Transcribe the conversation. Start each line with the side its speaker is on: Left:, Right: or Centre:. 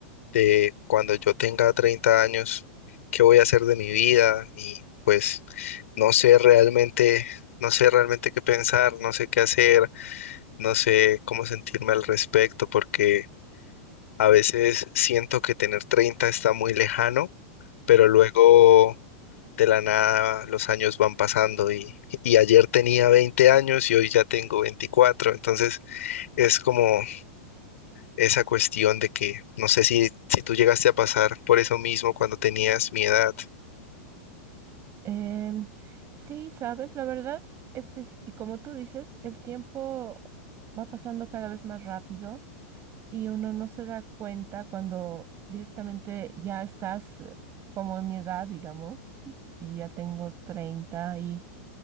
Left: de cuando yo tenga 30 años, qué voy a hacer de mi vida y pues no sé realmente, no sé realmente qué pensar, no sé qué hacer No sé cómo sentirme al respecto porque a veces siento que tener 30 está muy lejano, pero luego de la nada los años van pasando y, y ayer tenía 20 años y hoy ya tengo veinticuatro entonces es como esa cuestión de que no sé si, si tú llegaste a pasar por eso mismo cuando tenías mi edad.
Right: Em, sí, sabes, la verdad es que, s- y como tú dices, el tiempo va pasando cada vez más rápido y uno no se da cuenta cuando directamente ya estás eh, como en mi edad, digamos, y ya tengo 30 y